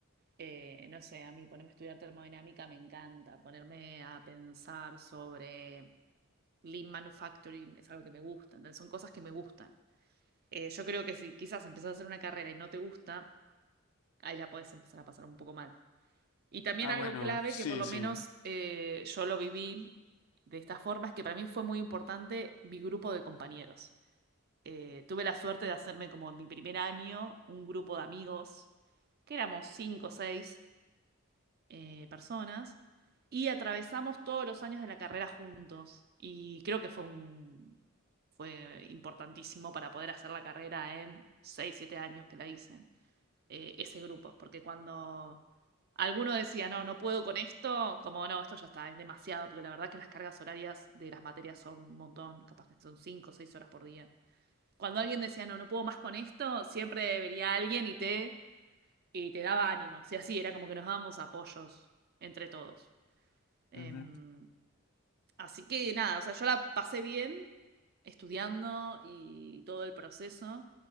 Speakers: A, on the right; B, on the left.
A: eh, no sé, a mí ponerme a estudiar termodinámica me encanta, ponerme a pensar sobre lean manufacturing es algo que me gusta, entonces son cosas que me gustan. Eh, yo creo que si quizás empezás a hacer una carrera y no te gusta, ahí la podés empezar a pasar un poco mal. Y también
B: Ah,
A: algo
B: bueno,
A: clave
B: sí,
A: que por lo
B: sí.
A: menos eh, yo lo viví de esta forma es que para mí fue muy importante mi grupo de compañeros. eh, tuve la suerte de hacerme como en mi primer año un grupo de amigos, que éramos cinco o seis eh, personas, y atravesamos todos los años de la carrera juntos. Y creo que fue un, fue importantísimo para poder hacer la carrera en seis, siete años que la hice, eh, ese grupo, porque cuando... Alguno decía, no, no puedo con esto, como no, esto ya está, es demasiado, porque la verdad que las cargas horarias de las materias son un montón, capaz que son cinco o seis horas por día cuando alguien decía, no, no puedo más con esto, siempre venía alguien y te, y te daba ánimo. O sea, sí, era como que nos dábamos apoyos entre todos. Em,
B: Ujú.
A: así que nada, o sea, yo la pasé bien estudiando y todo el proceso,